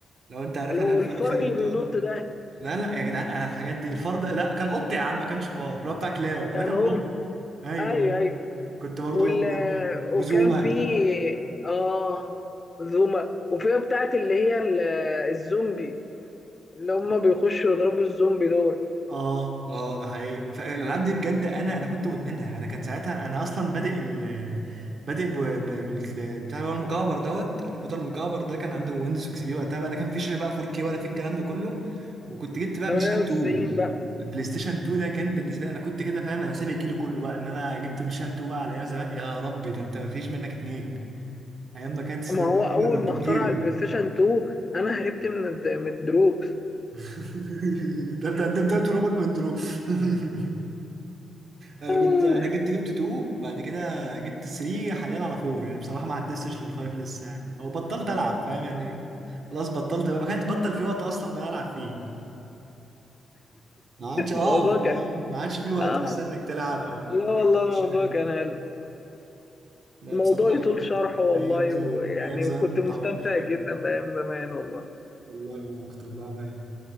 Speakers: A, on the right; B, on the left.
A: لو انت عارفها
B: اللي
A: اللي
B: هو
A: هي الفرخه
B: الفار
A: اللي
B: اللي
A: بتقعد
B: بينط ده
A: لا لا يا جدعان انا الحاجات دي الفار ده لا كان قط يا عم ما كانش فار اللي هو بتاع كلاو ما
B: كان
A: ده كان
B: قلت
A: قط ايوه
B: ايوه
A: ايوه
B: ايوه
A: كنت برضو
B: وال...
A: مدمنها
B: وكان
A: وزوما
B: في اه زوما وفيها بتاعت اللي هي ال- الزومبي اللي هم بيخشوا يضربوا الزومبي دول
A: اه اه ده حقيقي فالالعاب دي بجد انا انا كنت مدمنها انا كان ساعتها انا اصلا بادئ ال بادئ ب- ب- بال- بتاع اللي هو المكعب دوت الكمبيوتر المكعب ده كان عنده ويندوز اكس بي وقتها بقى لا كان فيش بقى 4K ولا في الكلام ده كله وكنت جبت بقى
B: 98
A: بلاي ستيشن 2
B: بقى
A: البلاي ستيشن 2 ده كان بالنسبه لي انا كنت كده فاهم انا سابق جيلي كله بقى ان انا جبت بلاي ستيشن 2 بقى على ايام زمان يا ربي ده انت مفيش منك اتنين ايام ما كانت السيدات
B: ما هو
A: بتجيبها
B: اول
A: بالكيلو
B: ما اخترع البلاي ستيشن 2 انا هربت من الد- من الدروس
A: <laughs> ده ده ده ده ترابك من دروب <laughs> انا
B: <laughs>
A: كنت انا جبت جبت 2 بعد كده جبت 3 حاليا على 4 يعني بصراحه ما عدستش لل 5 لسه يعني او بطلت العب فاهم يعني خلاص بطلت بقى ما كانش بطل في وقت اصلا ان انا العب فيه ما عادش اه
B: الموضوع كان
A: فاهم ما عادش في وقت
B: اه
A: اصلا انك تلعب او انك
B: لا والله
A: تخش
B: الموضوع
A: الحته
B: كان
A: دي
B: حلو
A: لا
B: الموضوع
A: بصراحه
B: يطول
A: ايام
B: شرحه والله
A: ايام زمان
B: ويعني
A: ايام زمان
B: وكنت
A: ما اتعوضش
B: مستمتع
A: بقى
B: جدا بأيام زمان والله
A: والله وانا اكتر بقى